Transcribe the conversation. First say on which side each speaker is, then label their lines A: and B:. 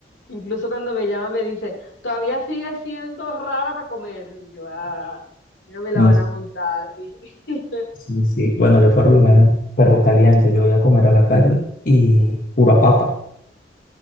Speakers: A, on the left; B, on the left.
A: Incluso cuando me llama me dice, todavía sigue siendo rara para comer. Y yo, ah, ya me la
B: No,
A: van a montar. <laughs>
B: sí, sí. Bueno, yo por lo menos perro caliente, yo voy a comer a la calle y pura papa.